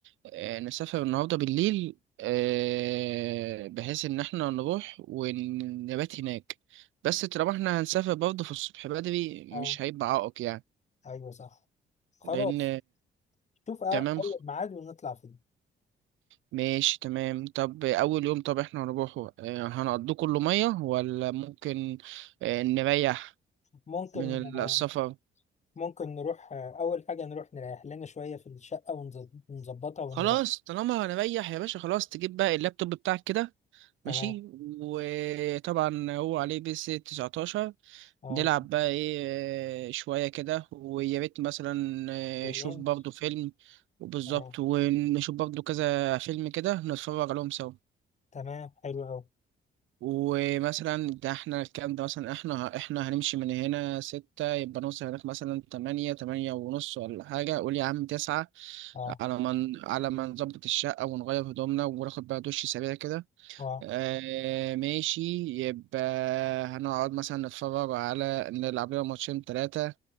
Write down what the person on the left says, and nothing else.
اه
ايوه صح خلاص
شوف أ-
اول ميعاد ونطلع فيه
ممكن
آه،
ممكن نروح آه، اول حاجه نروح نريح لنا شويه في الشقه ونظ- ونظبطها ونريح
تمام
اه
بالليل
اه
تمام حلو قوي
اه
اه